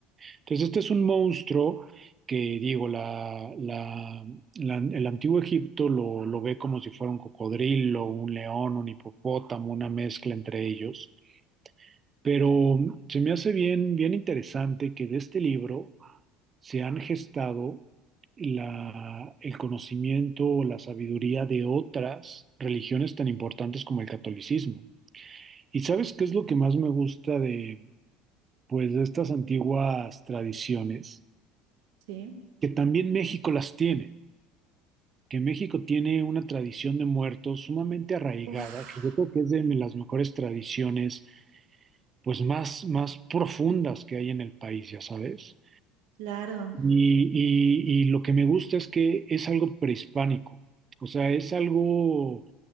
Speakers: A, on the right; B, on the right.
A: Entonces, este es un monstruo que, digo, la, la- la- el antiguo Egipto lo, lo ve como si fuera un cocodrilo, un león, un hipopótamo, una mezcla entre ellos. Pero se me hace bien, bien interesante que de este libro se han gestado la, el conocimiento o la sabiduría de otras religiones tan importantes como el catolicismo. ¿Y sabes qué es lo que más me gusta de, pues, de estas antiguas tradiciones?
B: sí.
A: Que también México las tiene, que México tiene una tradición de muertos sumamente arraigada,
B: Uf.
A: que yo creo que es de las mejores tradiciones, pues, más, más profundas que hay en el país, ya sabes.
B: Claro,
A: Y, y- y lo que me gusta es que es algo prehispánico, o sea, es algo